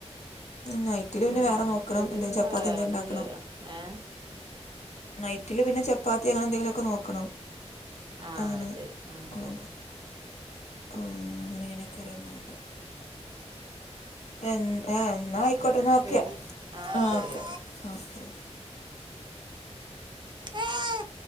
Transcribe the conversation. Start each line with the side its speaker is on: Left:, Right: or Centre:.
Left: നൈറ്റില് പിന്നെ
Right: എന്നാ
Left: വേറെ നോക്കണം
Right: ശരി
Left: എന്താ
Right: എന്നാ
Left: ചപ്പാത്തി
Right: വേറൊന്നുംല്ലല്ലോ
Left: എന്തെ ണ്ടാക്കണം
Right: ഏഹ്
Left: നൈറ്റില് പിന്നെ ചപ്പാത്തി അങ്ങനെ എന്തെങ്കിലൊക്കെ നോക്കണോ
Right: ആഹ്
Left: അങ്ങനെ
Right: ശരി ആഹ്
Left: <inaudible> ആഹ്‌ അങ്ങനെ ഇങ്ങനെയൊക്കെ <unintelligible> എൻ എന്നാ ആയിക്കോട്ടെന്നാ
Right: എന്നാ
Left: ഓക്കെ
Right: ശരി
Left: ആഹ്
Right: ശരി
Left: ഓക്കെ ഓക്കെ
Right: എന്നാ